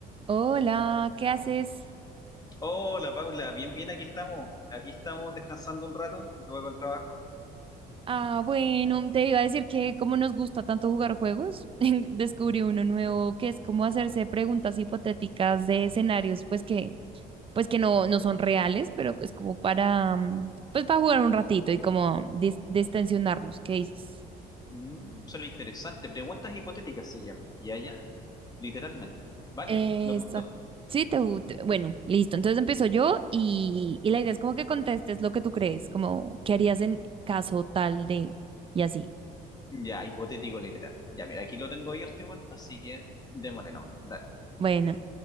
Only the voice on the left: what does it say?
Hola Paula, bien, bien, aquí estamos. Aquí estamos descansando un rato, luego del trabajo.
Mm, suena interesante. Preguntas hipotéticas se llama. Ya, ya. Literalmente. ¿Vale?
¿Me apunto?
Ya, hipotético literal. Ya, mira, aquí lo tengo abierto igual, así que démosle nomás. Dale.